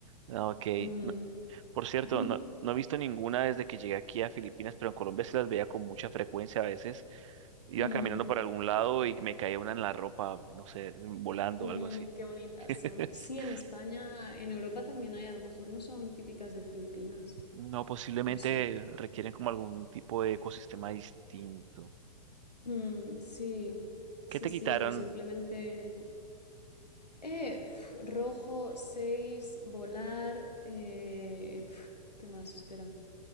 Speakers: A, on the right; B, on the left.
A: Ah, Ok.
B: mm,
A: No- por cierto,
B: <laughs>
A: no, no he visto ninguna desde que llegué aquí a Filipinas, pero en Colombia se las veía con mucha frecuencia a veces. Iba
B: mm,
A: caminando por algún lado y me caía una en la ropa, no sé, volando
B: Mm,
A: o algo así.
B: qué bonitas
A: <laughs>
B: son. Sí, en España, en Europa también hay, a lo mejor no son típicas de Filipinas,
A: No, posiblemente
B: no sé.
A: requieren como algún tipo de ecosistema distinto.
B: Mm, sí, sí,
A: ¿Qué te
B: sí,
A: quitaron?
B: o simplemente... Eh, pf, rojo, seis, volar, eh, pf, ¿qué más? Espera.